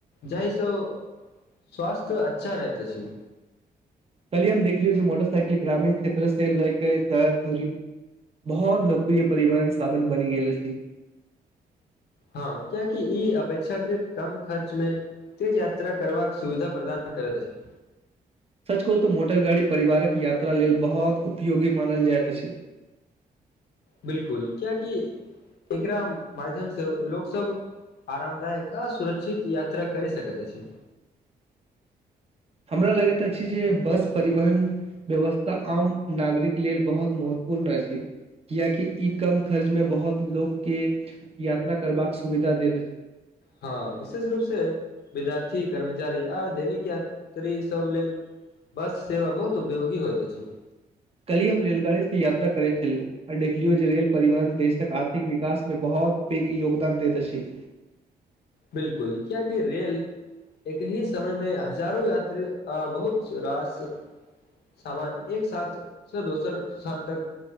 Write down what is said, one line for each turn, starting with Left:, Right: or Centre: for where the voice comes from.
Left: जाहिसं स्वास्थ्य अच्छा रहैत अछि।
Right: काल्हि हम देखलियै जे मोटरसाइकिल ग्रामीण क्षेत्र से लए के शहर धरि बहुत लोकप्रिय परिवहन साधन बनि गेल अछि।
Left: हां, कियाकि ई अपेक्षाकृत कम खर्चमे तेज यात्रा करबाक सुविधा प्रदान करैत अछि।
Right: सच कहू तऽ मोटरगाड़ी परिवारक यात्रा लेल बहुत उपयोगी मानल जाइत अछि।
Left: बिलकुल कियकि एकरा माध्यमसँ लोक सभ आरामदायक आ सुरक्षित यात्रा करि सकैत अछि।
Right: हमरा लगैत अछि जे बस परिवहन व्यवस्था आम नागरिक लेल बहुत महत्वपूर्ण अछि किआकि ई कम खर्च में बहुत लोक के, यात्रा करबाक सुविधा देैत अछि।
Left: हँ विशेष रूपसे विद्यार्थी, कर्मचारी आ दैनिक यात्री सभ लेल बस सेवा बहुत उपयोगी होइत अछि।
Right: कल्हि हम रेलगाड़ीसँ यात्रा करैत छलहुँ आ देखलियौ जे रेल परिवहन देशक आर्थिक विकासमे बहुत पैघ योगदान दैत अछि।
Left: बिलकुल कियाकि रेल एक ही समय मे हजारो यात्री आ बहुत रास सामान एक साथ से दोसर स्थान तक